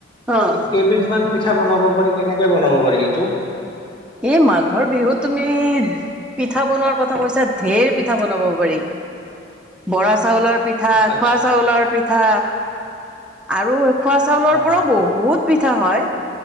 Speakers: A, in the centre; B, on the left.
A: অ'।
B: কেইবিধমান পিঠা বনাব পাৰি কেনেকে বনাব পাৰি সেইটো?
A: এই মাঘৰ বিহুত তুমি পিঠা বনোৱাৰ কথা কৈছা, ঢেৰ পিঠা বনাব পাৰি বৰা চাউলৰ পিঠা
B: আচ্ছা
A: খোৱা চাউলৰ পিঠা আৰু খোৱা চাউলৰ
B: অ
A: পৰাও বহুত পিঠা হয়,